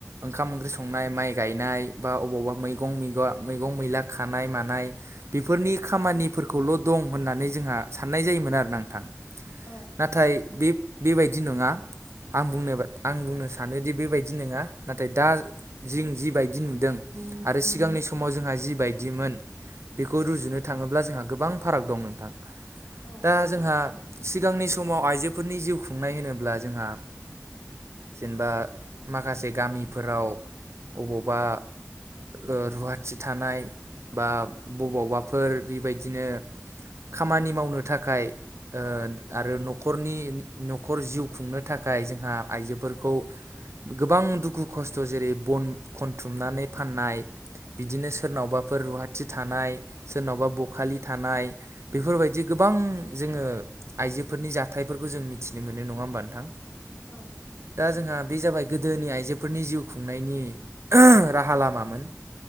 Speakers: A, on the right; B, on the left.
A: ओंखाम ओंख्रि सं संनाय माइ गायनाय बा अबावबा मैगंगं मैगं मैला खानाय मानाय बेफोरनि खामानिफोरखौल' दं होननानै जोंहा साननाय जायोमोन आरोना नोंथां।
B: औ
A: नाथाय बे बेबायदि नङा। आं बुंनो ब आं बुंनो सानोदि बेबायदि नङा नाथाय दा जिं जिबायदि नुदों आरो सिगांनि समाव जोंहा जिबायदिमोन। बेखौ रुजुनो थाङोब्ला जोंहा गोबां फाराग दं नोंथां
B: औ
A: दा जोंहा सिगांनि समाव आइजोफोरनि जिउ खुंनाय होनोब्ला जोंहा जेनेबा माखासे गामिफोराव अबावबा ओ रुवाथि थानाय बा बबावबाफोर बेबायदिनो खामानि मावनो थाखाय ओ आरो न'खरनि न'खर जिउ खुंनो थाखाय जोंहा आइजोफोरखौ गोबां दुखु खस्थ' जेरै बन खनथुमनानै फाननाय बिदिनो सोरनावबाफोर रुवाथि थानाय सोरनावबा बखालि थानाय। बेफोरबायदि गोबां जोङो आइजोफोरनि जाथायफोरखौ जों मिथिनो मोनो नङा होमबा नोंथां?
B: औ।
A: दा जोंहा बे जाबाय गोदोनि आइजोफोरनि जिउ खुंनायनि राहा लामामोन।